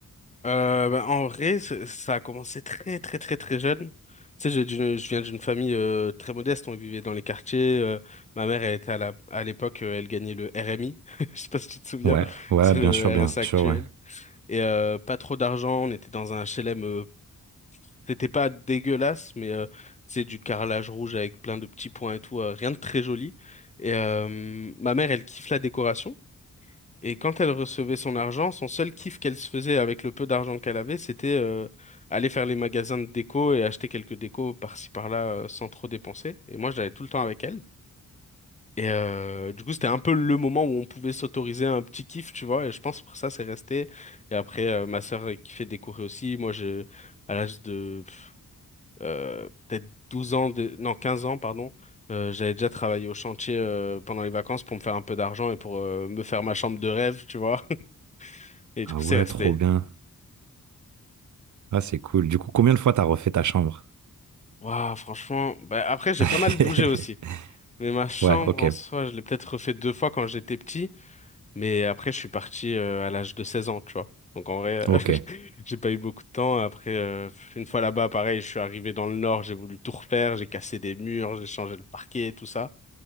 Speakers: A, on the left; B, on the right.
A: Euh, bah, en vrai, c- ça a commencé très très très très jeune. Tu sais, je, d'une- je viens d'une famille euh, très modeste, on vivait dans les quartiers. euh, ma mère, elle était à la, à l'époque, euh, elle gagnait le RMI. <laughs> Je sais pas si tu te souviens,
B: Ouais, ouais,
A: c'est
B: bien
A: le
B: sûr, bien
A: RSA actuel.
B: sûr, ouais.
A: Et euh, pas trop d'argent, on était dans un HLM. euh, c'était pas dégueulasse, mais euh, c'est du carrelage rouge avec plein de petits points et tout, euh, rien de très joli. Et euh, ma mère, elle kiffe la décoration. Et quand elle recevait son argent, son seul kiff qu'elle se faisait avec le peu d'argent qu'elle avait, c'était euh, aller faire les magasins de déco et acheter quelques décos par-ci par-là euh, sans trop dépenser. Et moi, j'allais tout le temps avec elle. Et euh, du coup, c'était un peu le moment où on pouvait s'autoriser un petit kiff, tu vois. Et je pense pour ça, c'est resté. Et après, euh, ma sœur euh, kiffait décorer aussi. Moi, j'ai à l'âge de pff, euh, peut-être 12 ans, de... non 15 ans, pardon. Euh, j'avais déjà travaillé au chantier euh, pendant les vacances pour me faire un peu d'argent et pour euh, me faire ma chambre de rêve, tu vois. Et du
B: Ah
A: coup, c'est
B: ouais,
A: resté.
B: trop bien. Ah, c'est cool. Du coup, combien de fois t'as refait ta chambre?
A: Waouh, franchement. Bah, après, j'ai
B: <laughs>
A: pas mal bougé aussi. Mais ma chambre,
B: Ouais, ok,
A: en soi, je l'ai peut-être refait deux fois quand j'étais petit. Mais après, je suis parti euh, à l'âge de 16 ans, tu vois. Donc, en vrai,
B: ok.
A: euh, <laughs> j'ai pas eu beaucoup de temps. Après, euh, une fois là-bas, pareil, je suis arrivé dans le nord, j'ai voulu tout refaire. J'ai cassé des murs, j'ai changé le parquet, tout ça.